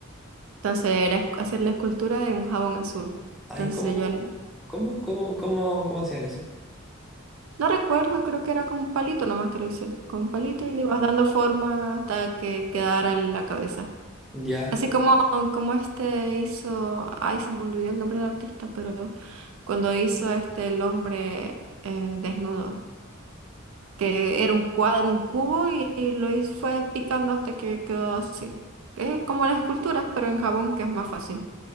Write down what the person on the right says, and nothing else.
Entonces era esc- hacer la escultura de un jabón azul.
Entonces
yo
No recuerdo, creo que era con un palito nomás que lo hice, con un palito y le ibas dando forma hasta que quedara la cabeza.
Así como, como este hizo, ay, se me olvidó el nombre del artista, pero cuando hizo este el hombre eh, desnudo, que era un cuadro, un cubo y, y lo hizo, fue picando hasta que quedó así. Es como las esculturas, pero en jabón, que es más fácil.